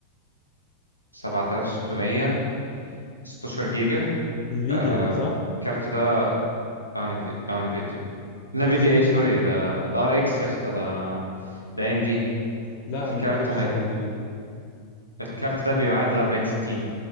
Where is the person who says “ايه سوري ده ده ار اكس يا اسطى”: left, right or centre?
Left